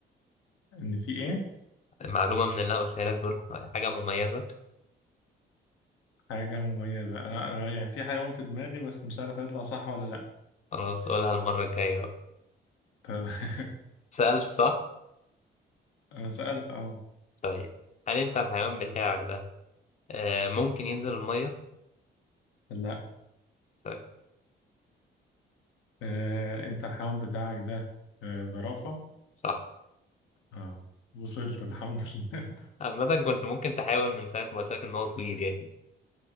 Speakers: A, on the left (about 80°); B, on the left (about 35°).
A: ان في ايه
B: معلومة من اللي انا قلتها لك دول حاجة مميزة
A: حاجة مميزة أنا أنا يعني في حيوان في دماغي بس مش عارف هيطلع صح ولا لأ
B: خلاص قولها المرة الجاية بقى.
A: طب <laughs>
B: سألت صح
A: أنا سألت أهو
B: طيب هل انت الحيوان بتاعك ده آه ممكن ينزل المية
A: لأ
B: طيب
A: آه، أنت الحيوان بتاعك ده آه، زرافة
B: صح
A: أه وصلت الحمد لله <laughs>
B: عامة كنت ممكن تحاول من ساعة ما قلت لك إن هو صغير يعني